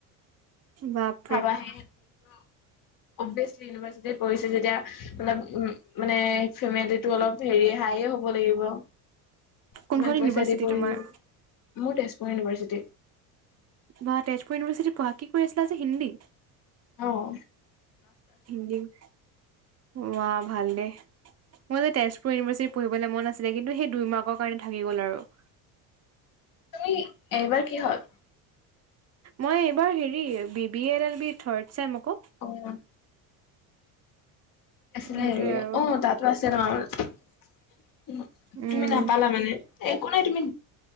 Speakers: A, on the right (about 35°); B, on the left (about 50°).
A: বাপ
B: ভাবাহে স অভিয়াচলি ইউনিভাৰ্চিটিত পঢিছে যেতিয়া অলপ উ মানে ফেমিলিটো অলপ হেৰি হাইয়ে হ'ব লাগিব ইমান
A: কোনখন
B: পইচা
A: ইউনিভাৰ্চিটি
B: দি পঢ়িছে
A: তোমাৰ
B: যদি। মোৰ তেজপুৰ ইউনিভাৰ্চিটি
A: বা তেজপুৰ ইউনিভাৰ্চিটিত পঢ়া কি কৰি আছিলা যে হিন্দী
B: অহ
A: হিন্দীত ৱাহ ভালেই মোৰ যে তেজপুৰ ইউনিভাৰ্চিটিত পঢ়িবলৈ মন আছিলে কিন্তু সেই দুই মাৰ্কৰ কাৰণে থাকি গ'ল আৰু
B: তুমি এইবাৰ কিহত
A: মই এইবাৰ হেৰি B B L L B third same আকৌ
B: অহ আছিলে
A: সেইটোয়ে
B: হেৰি
A: আৰু
B: অ তাতো আছে ন
A: উম
B: তুমি নাপালা মানে একো নাই তুমি